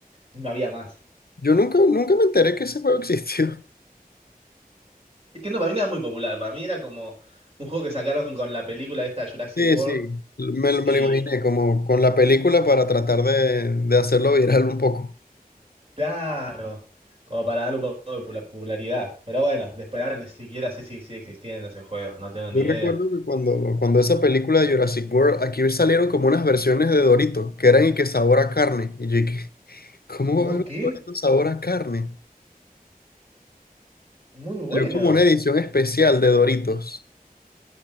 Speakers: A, on the right (about 40°); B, on the left (about 85°).
A: No había más.
B: Yo nunca, nunca me enteré que ese juego <laughs> existió.
A: Es que no, para mí no era muy popular, para mí era como un juego que sacaron con la película esta Jurassic
B: Sí,
A: World
B: sí, me, lo me
A: y
B: lo imaginé como con la película para tratar de, de hacerlo viral un poco.
A: claro, como para darle un poco de pula- popularidad. Pero bueno, después ahora ni siquiera sé si sigue existiendo ese juego, no tengo
B: Yo
A: ni idea.
B: recuerdo que cuando, cuando esa película de Jurassic World, aquí salieron como unas versiones de Doritos, que eran y que sabor a carne. Y yo dije, <laughs> ¿cómo
A: No,
B: va a haber
A: qué
B: un Doritos sabor a carne?
A: muy bueno.
B: Salió como una edición especial de Doritos.